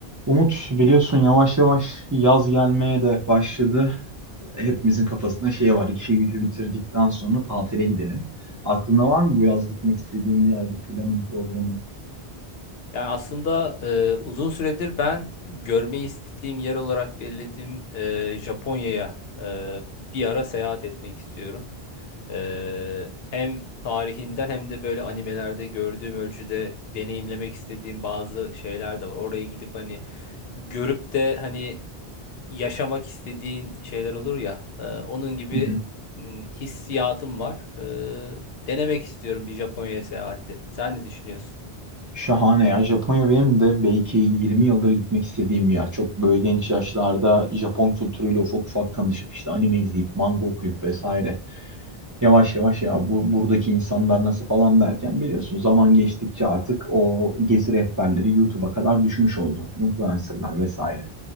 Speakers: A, on the right (about 25°); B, on the left (about 75°).
A: Umut biliyorsun yavaş yavaş yaz gelmeye de başladı. Hepimizin kafasında şey var. işi gücü bitirdikten sonra tatile gidelim. Aklında var mı bu yaz gitmek istediğin bir yer, bir planın, programın?
B: Yani aslında e, uzun süredir ben görmeyi istediğim yer olarak belirlediğim e, Japonya'ya e, bir ara seyahat etmek istiyorum. E, hem tarihinden hem de böyle animelerde gördüğüm ölçüde deneyimlemek istediğim bazı şeyler de var. Oraya gidip hani görüp de hani yaşamak istediğin şeyler olur ya. e, onun gibi
A: Hı hı.
B: m, hissiyatım var. E, denemek istiyorum bir Japonya'ya seyahati. Sen ne düşünüyorsun?
A: Şahane ya. Japonya benim de belki 20 yıldır gitmek istediğim bir yer. Çok böyle genç yaşlarda Japon kültürüyle ufak ufak tanışıp işte anime izleyip, manga okuyup vesaire. yavaş yavaş ya bu, buradaki insanlar nasıl falan derken biliyorsun zaman geçtikçe artık o gezi rehberleri YouTube'a kadar düşmüş oldu. Influencerlar vesaire.